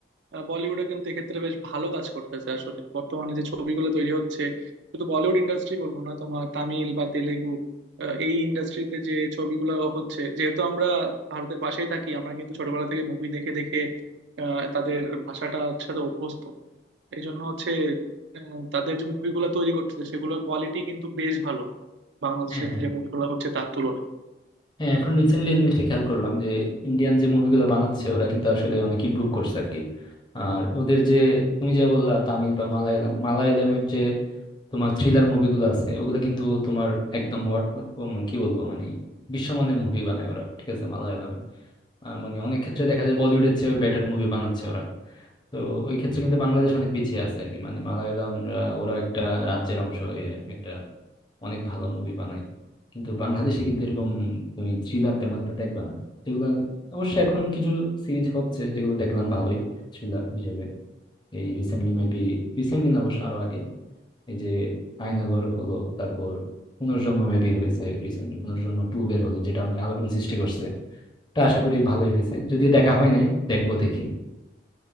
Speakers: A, on the right; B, on the left.
A: আহ, বলিউডে কিন্তু এক্ষেত্রে বেশ ভালো কাজ করতেছে আসলে বর্তমানে যে ছবিগুলো তৈরি হচ্ছে শুধু বলিউড ইন্ডাস্ট্রি বলবো না তোমার তামিল বা তেলেগু আহ, এই ইন্ডাস্ট্রিতে যে ছবিগুলো হচ্ছে যেহেতু আমরা ভারতের পাশেই থাকি আমরা কিন্তু ছোটবেলা থেকে মুভি দেখে দেখে আহ, তাদের ভাষাটার সাথে অভ্যস্ত এই জন্য হচ্ছে আহ, তাদের যে মুভিগুলো তৈরি করতেছে সেগুলোর কোয়ালিটি কিন্তু বেশ ভালো বাংলাদেশের
B: হ্যাঁ হ্যাঁ
A: যে মুভিগুলো হচ্ছে তার তুলনায়
B: হ্যাঁ এখন রিসেন্টলি এই জিনিসটা খেয়াল করলাম যে ইন্ডিয়ান যে মুভিগুলো বানাচ্ছে ওরা কিন্তু আসলে অনেক ইমপ্রুভ করছে আর কি আর ওদের যে তুমি যা বললা তামিল বা মালায়ালাম মালায়ালামের যে তোমার থ্রিলার মুভিগুলো আছে ওগুলো কিন্তু তোমার একদম what উম, কি বলবো মানে বিশ্বমানের মুভি বানায় ওরা ঠিক আছে মালায়ালামে আর মানে অনেক ক্ষেত্রে দেখা যায় বলিউডের চেয়ে বেটার মুভি বানাচ্ছে ওরা তো ওই ক্ষেত্রে কিন্তু বাংলাদেশ অনেক পিছিয়ে আছে আর কি মানে মালায়ালামরা ওরা একটা রাজ্যের অংশ হয়ে একটা অনেক ভালো মুভি বানায় কিন্তু বাংলাদেশে কিন্তু এরকম তুমি থ্রিলার তেমন একটা দেখবে না যেগুলো অবশ্য এখন কিছু সিরিজ হচ্ছে যেগুলো দেখলাম ভালোই থ্রিলার হিসেবে এই রিসেন্টলি মেবি রিসেন্টলি না অবশ্য আরো আগে এই যে আয়নাঘর হলো তারপর পুনর্জন্ম মেবি হয়েছে রিসেন্টলি পুনর্জন্ম টু বের হলো যেটা অনেক আলোড়ন সৃষ্টি করছে তা আশা করি ভালোই হয়েছে যদিও দেখা হয় নাই দেখবো দেখি